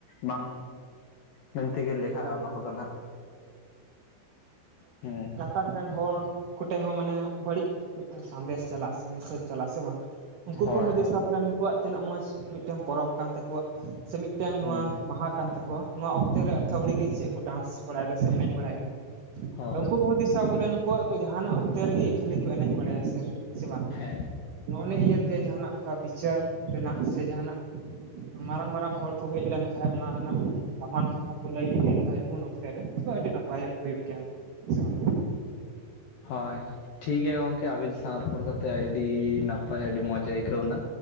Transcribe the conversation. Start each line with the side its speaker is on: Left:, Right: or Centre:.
Left: ᱵᱟᱝ ᱢᱮᱱ ᱛᱮᱜᱮ ᱞᱮᱠᱷᱟᱜ-ᱟ
Right: ᱮᱠᱟᱞ
Left: ᱚᱱᱟ
Right: ᱮᱠᱟᱞ
Left: ᱠᱚᱫᱚ ᱱᱟᱦᱜ᱾ ᱦᱩᱸ᱾
Right: ᱛᱟᱠ ᱨᱮᱱ ᱦᱚᱲ ᱠᱚᱴᱷᱮᱡ ᱦᱚᱸ ᱢᱟᱱᱮ ᱵᱟᱹᱲᱤᱡ ᱢᱤᱫᱴᱮᱱ ᱥᱟᱸᱫᱮᱥ ᱪᱟᱞᱟᱜ-ᱟ। ᱥᱮ ᱢᱮᱥᱮᱡᱽ ᱪᱟᱞᱟᱜ-ᱟ, ᱥᱮ ᱵᱟᱝ? ᱩᱱᱠᱩ
Left: ᱦᱳᱭ
Right: ᱠᱚ ᱦᱩᱫᱤᱥᱟ
Left: ᱦᱳᱭ
Right: ᱵᱚᱞᱮ ᱱᱩᱠᱩᱚᱣᱟᱜ ᱛᱤᱱᱟᱹᱜ ᱢᱚᱡᱽ ᱢᱤᱫᱴᱟᱝ ᱯᱚᱨᱚᱵᱽ ᱠᱟᱱ ᱛᱟᱠᱚᱣᱟ᱾ ᱥᱮ ᱢᱤᱫᱴᱟᱝ
Left: ᱦᱮᱸ
Right: ᱱᱚᱣᱟ ᱢᱟᱦᱟ ᱠᱟᱱ ᱛᱟᱠᱚᱣᱟ। ᱱᱚᱣᱟ ᱚᱠᱛᱮ ᱨᱮ ᱟᱹᱛᱷᱟᱹᱭᱲᱤ ᱜᱮ ᱪᱮᱫ ᱠᱚ ᱰᱟᱱᱥ ᱵᱟᱲᱟᱭᱮᱫᱟ ᱥᱮ ᱮᱱᱮᱡ ᱵᱟᱲᱟᱭ ᱠᱟᱱᱟ᱾
Left: ᱦᱳᱭ
Right: ᱟᱫᱚ ᱩᱱᱠᱩ ᱠᱚ ᱦᱩᱫᱤᱥᱟ ᱵᱚᱞᱮ, ᱱᱩᱠᱩᱣᱟᱜ ᱫᱚ ᱡᱟᱦᱟᱱᱟᱜ ᱚᱠᱛᱮ ᱨᱮᱜᱮ ᱠᱷᱟᱹᱞᱤ ᱠᱚ ᱮᱱᱮᱡ ᱵᱟᱲᱟᱭᱟ ᱥᱮ, ᱥᱮ ᱵᱟᱝ?
Left: ᱦᱮᱸ।
Right: ᱱᱚᱜ-ᱚᱱᱮ ᱤᱭᱟᱹᱛᱮ ᱡᱟᱦᱟᱱᱟᱜ ᱚᱱᱠᱟ ᱵᱤᱪᱟᱹᱨ ᱨᱮᱱᱟᱜ, ᱥᱮ ᱡᱟᱦᱟᱱᱟᱜ ᱢᱟᱨᱟᱝ ᱢᱟᱨᱟᱝ ᱦᱚᱲ ᱠᱚ ᱦᱮᱡ ᱞᱮᱱᱠᱷᱟᱱᱡ, ᱚᱱᱟ ᱨᱮᱱᱟᱜ ᱫᱟᱢᱟᱱ ᱠᱟᱛᱷᱟ ᱠᱚ ᱞᱟᱹᱭ ᱤᱫᱤ ᱞᱮᱠᱷᱟᱱ ᱠᱷᱟᱡ ᱩᱱ ᱚᱠᱛᱮ ᱨᱮ ᱫᱚ ᱟᱹᱰᱤ ᱱᱟᱯᱟᱭᱚᱜ ᱦᱩᱭᱩᱜ ᱜᱮᱭᱟ। ᱥᱮ ᱵᱟᱝ
Left: ᱦᱳᱭ᱾ ᱴᱷᱤᱠ ᱜᱮᱭᱟ ᱜᱚᱝᱠᱮ ᱟᱵᱤᱱ ᱥᱟᱶ ᱨᱚᱯᱚᱲ ᱠᱟᱛᱮᱫ ᱟᱹᱰᱤ ᱱᱟᱯᱟᱭ ᱟᱹᱰᱤ ᱢᱚᱸᱡᱽ ᱟᱹᱭᱠᱟᱹᱣᱱᱟ᱾